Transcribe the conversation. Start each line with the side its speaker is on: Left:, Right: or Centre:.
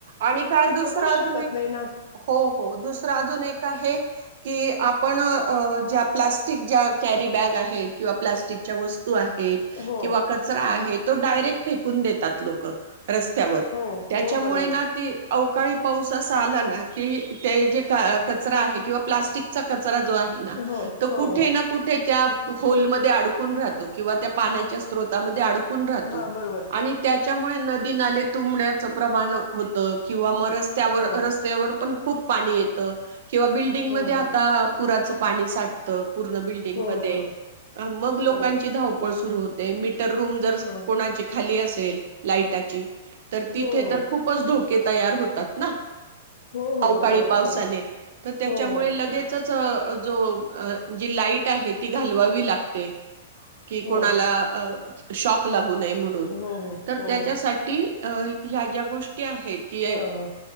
Right: आणि काय दुसर
Left: जगूच
Right: अजून
Left: शकत
Right: एक
Left: नाही ना
Right: हो, हो दुसरं अजून एक आहे की आपण अ ज्या प्लास्टिक ज्या कॅरी बॅग आहेत किंवा प्लास्टिकच्या वस् तू आहेत
Left: हो
Right: किंवा कचरा आहेत. तो डायरेक्ट फेकून देतात लोकं रस्त्यावर.
Left: हो
Right: त्याच्यामुळे
Left: हो बरोबर
Right: ना
Left: आहे
Right: ते अवकाळी पाऊस असा आला ना. कि ते जे कचरा आहे किंवा प्लास्टिकचा क कचरा जो आहे ना
Left: हो हो
Right: कुठे
Left: हो
Right: ना कुठे त्या होलमध्ये अडकून राहतो किंवा त्या पाण्याच्या स्त्रोतामध्ये अड चुकून राहतो
Left: हा बरोबर
Right: आणि त्या च्यामुळे नदी नाले तुबण्याच प्रमाण होत किंवा म रस्त्यावर,
Left: हो
Right: रस्त्यावर पण खूप पाणी येतं. किंवा बिल्डिंगमध्ये
Left: हो हो
Right: आता पुरात चं पाणी साठतं. पूर्ण बिल्डंग
Left: हो
Right: मध्ये
Left: हो बरोबर
Right: मग लोकांची
Left: बरोबर
Right: धावपळ सु सुरू होते मी तर रूम जर
Left: हो हो
Right: कोणाची खाली असेल. लाईटाची तर तिथे
Left: हो
Right: तर खूपच धूप- तयार होतात ना-
Left: हो हो
Right: अवकाळी
Left: बरोबर
Right: पावसाने
Left: बरोबर
Right: तर त्याच्यामुळे
Left: हो हो हो बरोबर
Right: लगेचच- जो जी लाईट आहे ती घालवावी लागते- कि
Left: हो
Right: कोणाला अ- शॉक लागु- नये म्हणून
Left: हो हो
Right: तर
Left: हो
Right: त्याच्यासाठी-
Left: हो
Right: ह्या ज्या गोष्टी- आहेत की
Left: हां हां